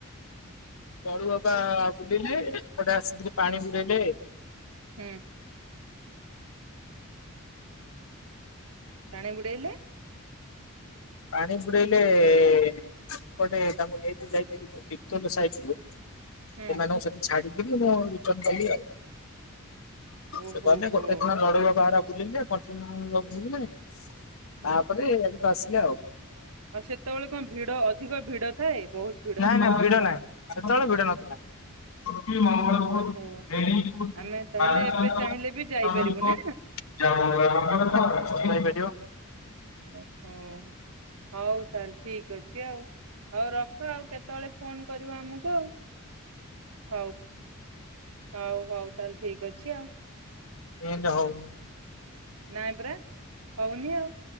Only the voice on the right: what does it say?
ହୁଁ
ହୁଁ ପାଣି ବୁଡ଼େଇଲେ?
ହୁଁ
ଓହୋ
ହୋ
ହୁଁ
ଆଉ ସେତେବେଳେ କଣ ଭିଡ଼ ଅଧିକ ଭିଡ଼ ଥାଏ ବହୁତ୍
ଓହୋ ହୋ
ଆମେ ତାହେଲେ ଏବେ ଚାହିଁଲେ ବି ଯାଇପାରିବୁ ନା
ଉଁ ହୁଁ। ହଉ ତାହଲେ ଠିକ୍ ଅଛି ଆଉ ହଉ ରଖ ଆଉ କେତେବେଳେ ଫୋନ୍ କରିବ ଆମକୁ ଆଉ? ହଉ ହଉ ହଉ ତାହେଲେ ଠିକ୍ ଅଛି ଆଉ।
ନାଇଁ ପରା ହଉନି ଆଉ।